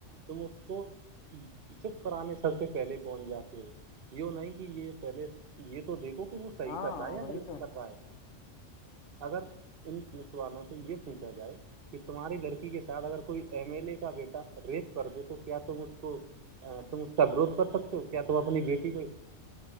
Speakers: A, on the right (about 50°); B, on the left (about 65°).
A: تم اسھ کو چپ کرانے سب سے پہلے پہنچ جاتے ہو یوں نہیں کہ یہ پہلے یہ تو دیکھ کہ وہ صحیح
B: ہاں
A: کر رہا ہے یا
B: وہی
A: غلط
B: تو
A: کر رہا ہے اگر ان پلیس والوں سے یہ پوچھا جائے کہ تمہاری لڑکی کے ساتھ اگر کوئی ایم ایل اے کا بیٹا ریپ کر دے تو کیا تم اس کو تم اس کا بوروھ کر سکتے ہو کیا تم اپنی بیٹی کو